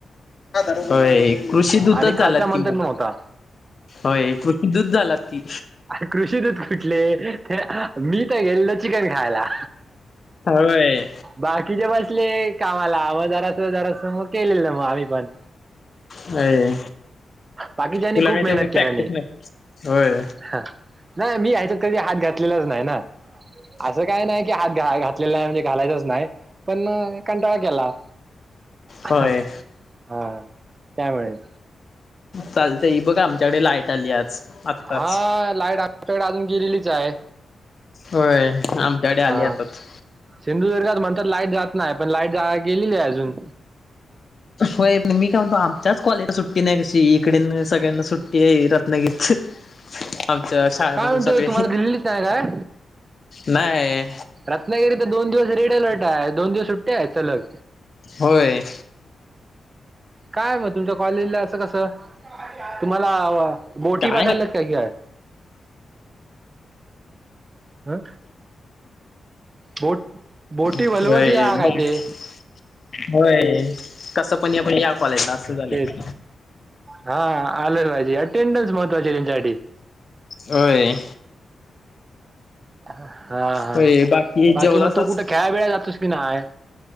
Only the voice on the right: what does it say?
आणि
खालचा मंथन
पण होता
अर कृषी दूत कुटले ते मी तर गेल ना चिकन खायला.
बाकीचे बसले कामाला मग जरास जरास मग केलेलं मग आम्ही पण
बाकीच्यानी
खूप
मेहनत
केल्यानी.
ह नाही मी ह्याच्या कधी हात घातलेलाच नाही ना.
असं काय नाही की हात घा घातलेला नाही म्हणजे घालायचंच नाही पण कंटाळा केला हा
त्यामुळेच
हा लाईट आमच्याकडे अजून गेलेलीच आहे
हा
सिंधुदुर्गात म्हणतात लाईट जात नाही पण लाईट गेलेली आहे अजून
काय म्हणतो
तुम्हाला दिलेलीच नाही काय
रत्नागिरी तर दोन दिवस रेड अलर्ट आहे. दोन दिवस सुट्ट्या आहेत सलग
काय मग तुमच्या कॉलेजला असं कसं तुम्हाला बोटी
पाठवल्यात का किय हा बोट बोटी
व्हलवत
या काय
ते?
तेच हा आलंच पाहिजे अटेंडन्स महत्वाची त्यांच्यासाठी
हा हा,
बाकी
मग तू कुठे खेळा बिळाय जातोस कि नाय?